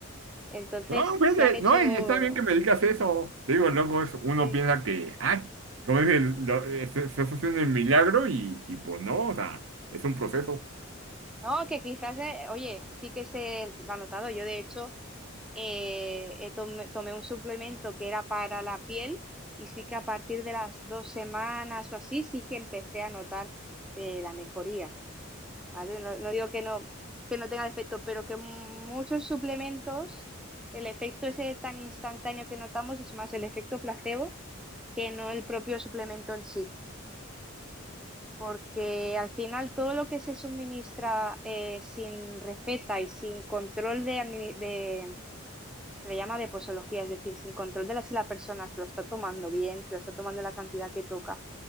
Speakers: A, in the centre; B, on the right (about 70°).
A: Entonces
B: No, vete,
A: se han hecho,
B: no, y está bien que me digas eso. Te Digo, luego es- uno
A: Sí,
B: piensa que, ay, como dice, lo- este- estás haciendo el milagro y, y pues no, o sea, es un proceso.
A: no, que quizás, eh, oye, sí que se lo ha notado. Yo de hecho eh, eh, tomé, tomé un suplemento que era para la piel y sí que a partir de las dos semanas o así sí que empecé a notar eh, la mejoría, ¿vale? No, no digo que no, que no tenga efecto, pero que muchos suplementos, el efecto ese tan instantáneo que notamos es más el efecto placebo que no el propio suplemento en sí. porque al final todo lo que se suministra eh, sin receta y sin control de, admini- de- se le llama de posología, es decir, sin control de la, si la persona se lo está tomando bien, se lo está tomando la cantidad que toca,